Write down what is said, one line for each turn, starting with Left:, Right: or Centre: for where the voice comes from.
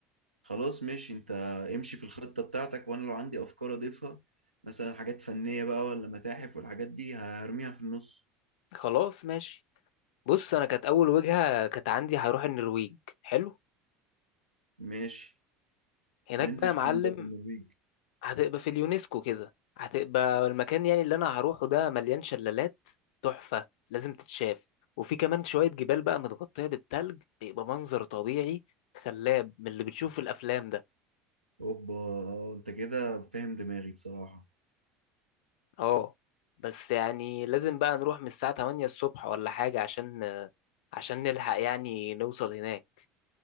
Right: خلاص ماشي انت امشي في الخطة بتاعتك وانا لو عندي افكار اضيفها مثلا حاجات فنية بقى ولا متاحف والحاجات دي هرميها في النص
Left: خلاص ماشي بص أنا كانت أول وجهة كانت عندي هروح النرويج حلو
Right: ماشي
Left: هناك
Right: هننزل
Left: بقى يا
Right: فين
Left: معلم
Right: بقى في النرويج
Left: هتبقى في اليونسكو كده هتبقى المكان يعني اللي انا هروحه ده مليان شلالات تحفة لازم تتشاف وفي كمان شوية جبال بقى متغطية بالتلج بيبقى منظر طبيعي خلاب من اللي بتشوف في الافلام ده
Right: اوبا آه، انت كده فاهم دماغي بصراحة
Left: اه بس يعني لازم بقى نروح من الساعة 8 الصبح ولا حاجة عشان عشان نلحق يعني نوصل هناك